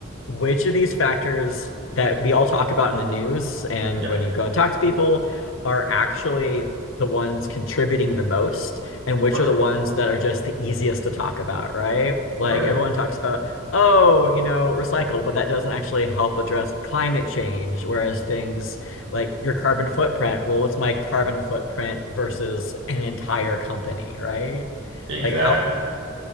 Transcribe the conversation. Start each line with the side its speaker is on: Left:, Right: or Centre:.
Left: which of these factors that we all talk about in the news and
Right: Yeah.
Left: when you go and talk to people are actually the ones contributing the most and which
Right: Right.
Left: are the ones that are just the easiest to talk about, right? Like
Right: Right.
Left: everyone talks about, oh, you know, recycle, but that doesn't actually help address climate change, whereas things like your carbon footprint. Well, what's my carbon footprint versus an entire company, right?
Right: Exactly.
Left: Like how